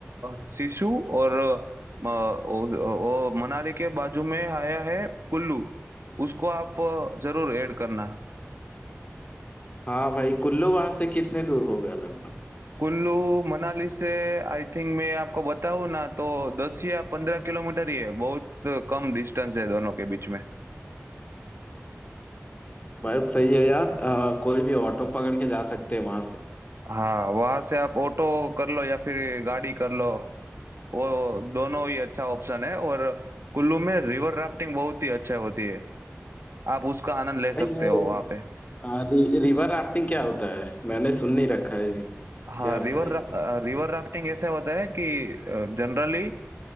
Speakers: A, on the right; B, on the left.
A: अ, सिसु और म, ओ, ओ, मनाली के बाजू में आया है कुल्लू उसको आप अ, जरूर ऐड करना
B: हाँ भाई कुल्लू वहां से कितने दूर होगा लगभग
A: कुल्लू मनाली से आई थिंक मैं आपको बताऊँ ना तो दस या पंद्रह किलोमीटर ही है बहुत कम डिस्टेंस है दोनों के बीच में
B: बहुत सही है यार अ, कोई भी ऑटो पकड़ के जा सकते हैं वहां से
A: हाँ वहां से आप ऑटो कर लो या फिर गाड़ी कर लो वो दोनों ही अच्छा ऑप्शन है और कुल्लू में रिवर राफ्टिंग बहुत ही अच्छा होती है आप उसका आनंद ले
B: भाई
A: सकते
B: ये
A: हो वहाँ पे
B: आ, रि, रिवर राफ्टिंग क्या होता है मैंने सुन नहीं रखा है ये।
A: हाँ
B: क्या होता
A: रिवर
B: है इसका
A: रिवर राफ्टिंग ऐसा होता है कि जनरली